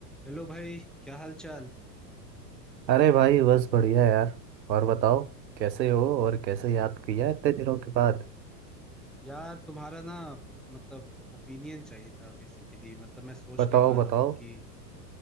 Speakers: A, in the centre; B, on the right.
A: हेलो भाई क्या हाल चाल
B: अरे भाई बस बढ़िया यार और बताओ कैसे हो और कैसे याद किया इतने दिनों के बाद
A: यार तुम्हारा ना मतलब ओपिनियन चाहिए था बेसिकली मतलब मैं सोच
B: बताओ
A: नहीं पा रहा
B: बताओ
A: हूँ कि